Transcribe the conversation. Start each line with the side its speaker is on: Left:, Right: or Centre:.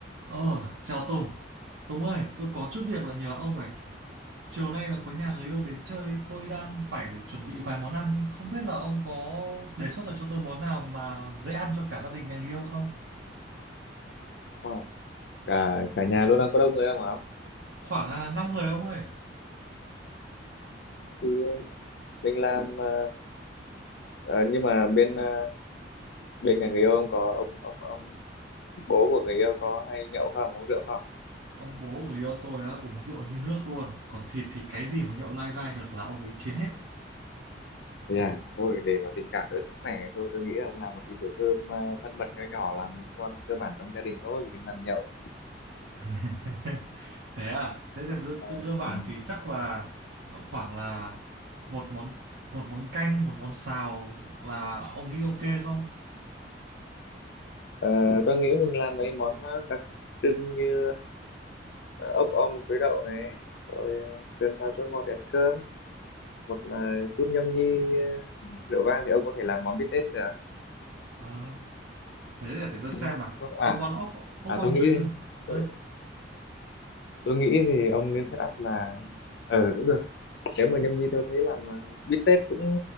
Right: Ờ, chào Tùng. Tùng ơi, tôi có chút việc là nhờ ông này. Chiều nay là có nhà người yêu đến chơi, tôi đang phải chuẩn bị vài món ăn. nhưng Không biết là ông có đề xuất được cho tôi món nào mà dễ ăn cho cả gia đình nhà người yêu không?
Left: Wow. cả cả nhà luôn đang có đông người không hả ông
Right: Khoảng à, 5 người ông ơi.
Left: thì ờ, mình làm ờ, ờ, nhưng mà bên ờ, bên nhà người yêu ông có ông ông ông bố của người yêu có hay nhậu không uống rượu không
Right: Ông bố của người yêu tôi á, uống rượu như nước luôn. Còn thịt thì cái gì mà nhậu lai dai được là ông ấy chiến hết.
Left: thì à thôi để mà tình cảm đỡ sức khỏe thôi tôi nghĩ là ông làm một cái bữa cơm ờ, thân mật nho nhỏ làm những món cơ bản trong gia đình thôi đừng làm nhậu
Right: <laughs> Thế à? Thế thì cơ
Left: Ờ,
Right: cơ- cơ bản
Left: ừ.
Right: thì chắc là khoảng là một món một món canh, một món xào là ông nghĩ ok không?
Left: Ờ, tôi nghĩ mình làm mấy món ờ, đặc trưng như ờ, ốc om chuối đậu này rồi ờ, sườn xào chua ngọt để ăn cơm một ờ, chút nhâm nhi ờ, rượu vang thì ông có thể làm món bít tết nữa
Right: Ờ, thế thì để tôi xem
Left: Ừ.
Right: là
Left: à
Right: cái món ốc ốc
Left: à
Right: om
Left: tôi nghĩ
Right: chuối nữa ơi
Left: tôi, tôi nghĩ thì ông nên set up là ờ ừ, cũng được nếu mà nhâm nhi tôi thấy làm ờ, bít tết cũng